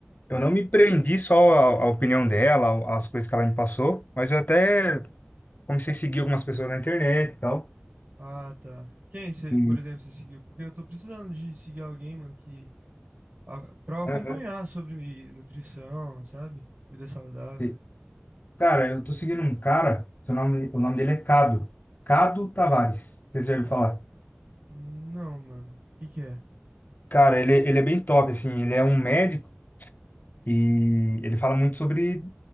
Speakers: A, on the left; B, on the right.
A: eu não me prendi só à, à opinião dela, ao- às coisas que ela me passou, mas eu até comecei a seguir algumas pessoas na internet e tal.
B: Ah, tá. Quem você,
A: E,
B: por exemplo, você seguiu? Porque eu tô precisando de seguir alguém, mano, que a- pra eu acompanhar
A: Aham.
B: sobre nutrição, sabe? Vida saudável.
A: e, cara, eu tô seguindo um cara, que o nome, o nome dele é Cado. Cado Tavares, vocês já ouviram
B: Ah,
A: falar?
B: não, mano. O que que é?
A: Cara, ele, é, ele é bem top, assim, ele é um médico e ele fala muito sobre